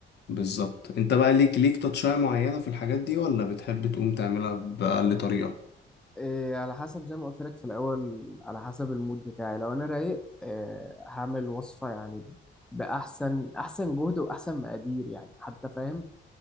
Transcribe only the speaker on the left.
بالظبط أنت بقى ليك ليك تاتشاية معينة في الحاجات دي ولا بتحب تقوم تعملها بأقل طريقة؟